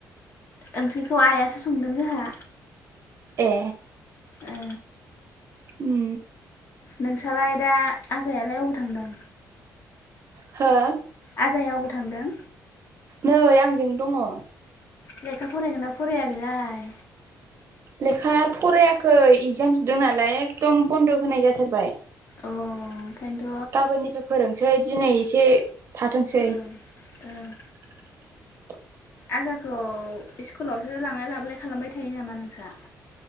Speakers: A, on the left; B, on the right.
A: ओंख्रिखौ आइआसो संदों जोंहा।
B: ए
A: ओ
B: उम
A: नोंस्रालाय दा आजालाय अबाव थांदों?
B: हा?
A: आजाया अबाव थांदों?
B: नै आंजोंनो दङ।
A: लेखा फरायगोन ना फराया बेलाय?
B: लेखा फरायाखै एगजाम जोबदों नालाय एखदम बन्द' होनाय जाथारबाय।
A: अ ओंखायथ'।
B: गाबोननिफ्राय फोरोंसै दिनै एसे थाथोंसै।
A: ओं ओं
B: <unintelligible>
A: आजाखौ स्कुलावसो लांलाय लाबोलाय खालामबाय थायो नामा नोंस्रा?